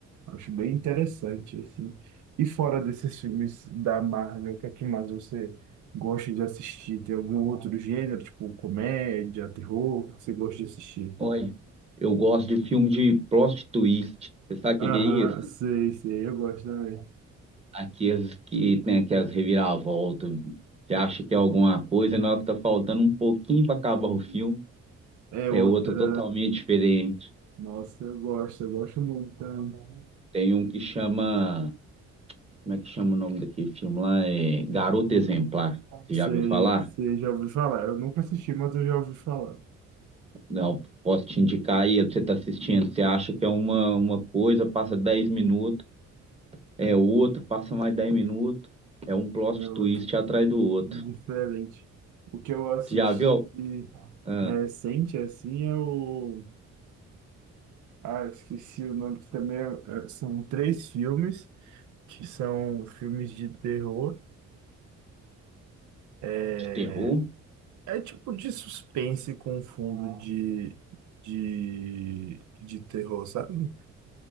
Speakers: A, on the right; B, on the right.
A: Acho bem interessante, assim. E fora desses filmes da Marvel, o que é que mais você gosta de assistir? Tem algum outro gênero, tipo comédia, terror, que você gosta de assistir?
B: Olha, eu gosto de filme de plot twist. Você sabe o
A: Aham,
B: que que é isso?
A: sei, sei, eu gosto também.
B: Aqueles que tem aquelas reviravoltas. Você acha que é alguma coisa, na hora que tá faltando um pouquinho para acabar o filme,
A: É
B: é
A: outra.
B: outro totalmente diferente.
A: Nossa, eu gosto, eu gosto muito também.
B: Tem um que chama. Como é que chama o nome daquele filme lá? É Garota Exemplar. Você
A: Sei,
B: já viu falar?
A: sei, já ouvi falar. Eu nunca assisti, mas eu já ouvi falar.
B: Não, posso te indicar aí, você tá assistindo. Você acha que é uma, uma coisa, passa 10 minutos, é outro, passa mais 10 minutos. É um plot
A: É outra.
B: twist atrás do outro.
A: Diferente. O que eu assisti
B: Tu já viu ah,
A: recente, assim, é o. Ah, esqueci o nome, que também é- é- são três filmes, que são filmes de terror. é
B: de terror?
A: É tipo de suspense com fundo de, de, de terror, sabe?